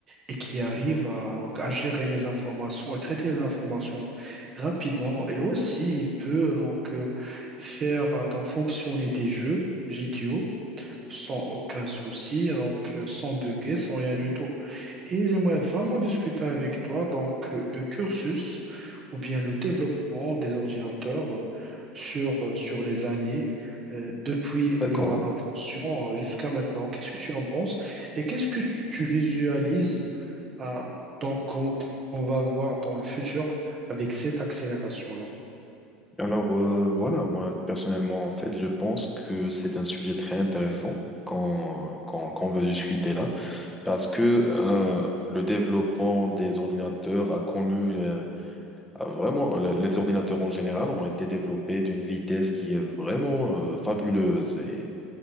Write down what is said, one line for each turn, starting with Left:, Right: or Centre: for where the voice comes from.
Right: et qui arrive à, donc, à gérer les informations et traiter les informations rapidement. Et aussi, il peut donc euh, faire euh, donc fonctionner des jeux vidéo sans aucun souci, donc euh, sans bugger, sans rien du tout. Et j'aimerais vraiment discuter avec toi donc euh, le cursus ou bien le développement des ordinateurs euh, sur, euh, sur les années euh, depuis
Centre: D'accord.
Right: leur invention euh, jusqu'à maintenant. Qu'est-ce que tu en penses et qu'est-ce que tu visualises euh, donc qu'on qu'on va voir dans le futur avec cette accélération-là?
Centre: Alors euh, voilà, moi personnellement, en fait, je pense que c'est un sujet très intéressant quand, quand, quand on veut discuter là, parce que euh, le développement des ordinateurs a connu euh, a vraiment, le- les ordinateurs en général ont été développés d'une vitesse qui est vraiment euh, fabuleuse. Et